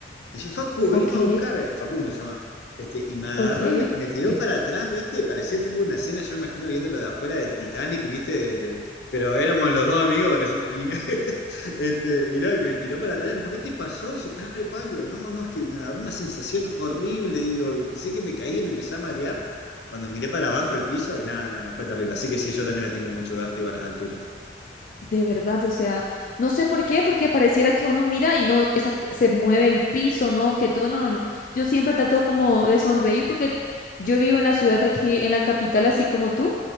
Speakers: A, on the left; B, on the left.
A: Dice, Facu, venimos
B: Ok.
A: a buscar, eh, Facundo se llama. Este, y me agarró
B: Ok.
A: y me, me tiró
B: <laughs>
A: para atrás, ¿viste? Y parecía tipo una escena, yo me imagino viéndolo de afuera de Titanic, ¿viste? De- pero éramos los dos amigos, pareciendo. Y, no- <laughs> este, y no, y me tiró para atrás y me dijo, ¿qué te pasó? Y yo, estás re pálido. No, no, es que me agarró una sensación horrible, digo, y pensé que me caía, me empecé a marear. Cuando miré para abajo el piso, y nada, nada, nada, fue terrible. Así que sí, yo también le tengo mucho vértigo a las alturas.
B: De verdad, o sea, no sé por qué, porque pareciera que uno mira y no esa co- se mueve el piso, no, que todo, no, no, no. Yo siempre trato como de sonreír porque yo vivo en la ciudad aquí, en la capital, así como tú,